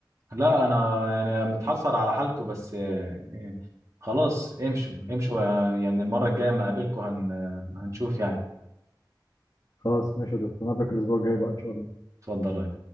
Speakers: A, on the right (about 40°); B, on the left (about 50°).
A: لا انا يعني متحسر على حالكم بس آه، خلاص امشوا امشوا يعني المره الجايه ما اقابلكم هن... هنشوف يعني
B: خلاص ماشي يا دكتور نقابلك الأسبوع الجاي بقى إن شاء الله
A: اتفضل